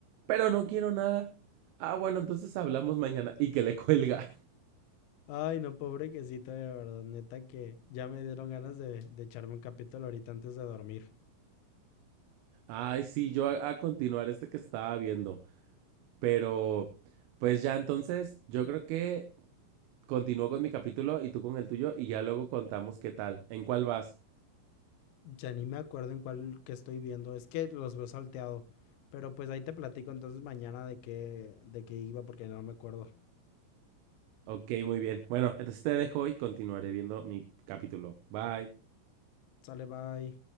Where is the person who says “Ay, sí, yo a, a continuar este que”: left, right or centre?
Right